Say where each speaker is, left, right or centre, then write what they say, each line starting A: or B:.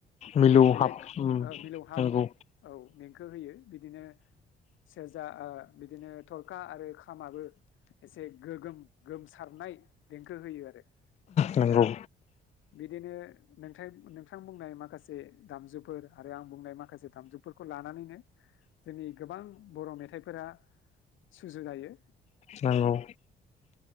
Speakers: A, on the left; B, on the left.
A: मिलौहाब
B: बेलेग मिलौ हफ
A: नंगौ
B: औ मेंेंखो होयो बिदिनो सेरजा बिदिनो थरखा आरो खामाबो एसे गोगोम गोमसारनाय देंखो होयो आरो
A: नंगौ
B: दा बिदिनो नोंथां नोंथां बुंनाय माखासे दामजुफोर आरो आं बुंनाय माखासे दामजुफोरखौ लानानैनो जोंनि गोबां बर' मेथाइफोरा सुजु जायो
A: नांगौ